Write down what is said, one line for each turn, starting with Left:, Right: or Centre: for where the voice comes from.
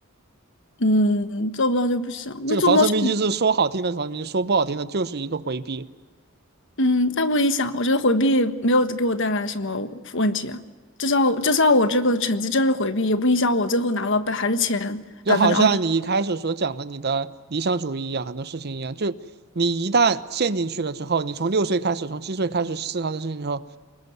Left: 嗯做不到就不行，那做不到就
Right: 这个防沉迷机制说好听的是防沉迷，说不好听的就是一个回避。
Left: 嗯，那不影响，我觉得回避没有给我带来什么问题啊，就算我就算我这个成绩真是回避，也不影响我最后拿了百还是前百分之二十。
Right: 就好像你一开始所讲的你的理想主义一样，很多事情一样，就你一旦陷进去了之后，你从六岁开始，从七岁开始思考这事情之后，